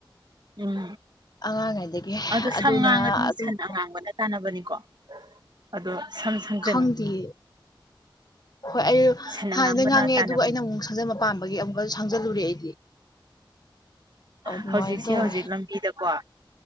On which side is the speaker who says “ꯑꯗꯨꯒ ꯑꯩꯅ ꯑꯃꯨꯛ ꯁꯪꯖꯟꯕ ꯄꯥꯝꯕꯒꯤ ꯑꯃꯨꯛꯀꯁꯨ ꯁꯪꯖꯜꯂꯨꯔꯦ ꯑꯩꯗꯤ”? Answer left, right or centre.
Left